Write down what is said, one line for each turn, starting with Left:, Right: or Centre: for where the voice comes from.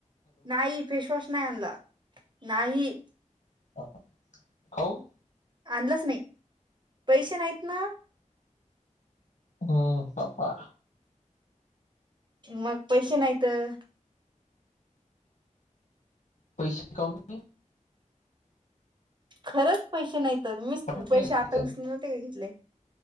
Right: नाही फेसवॉश नाय आणला नाही.
Left: <unintelligible> खाऊ
Right: आणलाच नाही पैसे नाहीत ना.
Left: हम्म पपा
Right: मग पैसे नाही त.
Left: पैसे काऊणी <unintelligible>
Right: खरंच पैसे नाही तर मीच
Left: पाठवले
Right: पैसे
Left: नाही
Right: आता
Left: घरच्यांनी
Right: उसने ना ते घेतले.